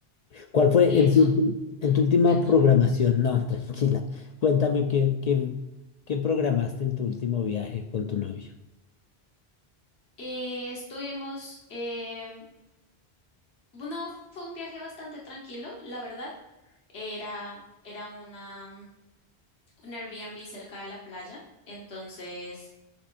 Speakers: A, on the left; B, on the left.
A: ¿Cuál fue
B: Sí,
A: en
B: es
A: tu,
B: un...
A: ulti- en
B: Ay,
A: tu última
B: perdón.
A: programación? No, <laughs> tranquila. Cuéntame qué, qué, qué programaste en tu último viaje con tu novio.
B: Eh, estuvimos, em, no, fue un viaje bastante tranquilo, la verdad. Era, era una un Airbnb cerca de la playa, entonces